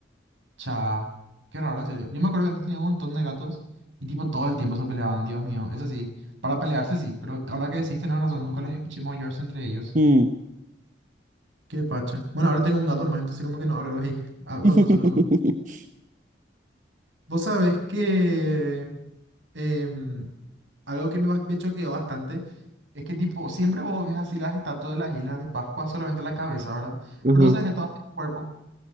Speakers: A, on the right (about 85°); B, on the right (about 45°).
A: Cha, qué raro, en serio. Yo me acuerdo que antes tenía un montón de gatos y tipo todo el tiempo se peleaban, Dios mío. Eso sí, para pelearse sí, pero ahora que decís tenés razón, nunca les escuché maullarse entre ellos.
B: Mm.
A: Qué pacha. Bueno, ahora tengo un gato nomás, entonces como que no habla luego ahí ah, con
B: <laughs>
A: nosotros nomás. Vos sabés que em, algo que me, bas- me choqueó bastante Es que tipo, siempre vos ves así las estatuas de las Islas de Pascua, solamente la cabeza, ¿verdad?
B: Ajá.
A: Pero sabes que todas tienen cuerpo.